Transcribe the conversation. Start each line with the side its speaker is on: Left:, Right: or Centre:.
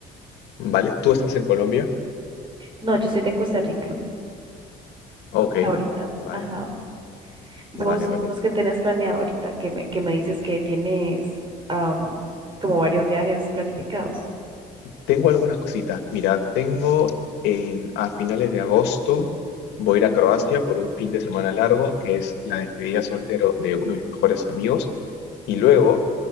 Left: ¿Vale? ¿Tú estás en Colombia?
Right: No, yo soy de Costa Rica
Left: Ok,
Right: ahorita.
Left: vale,
Right: Ajá. Vos,
Left: vale, vale.
Right: vos que tenés planeado ahorita, que me, que me dices que tienes am, como varios viajes planificados.
Left: Tengo algunas cositas. Mira, tengo en- a finales de agosto, voy a ir a Croacia por un fin de semana largo, que es la despedida soltero de uno de mis mejores amigos. Y luego,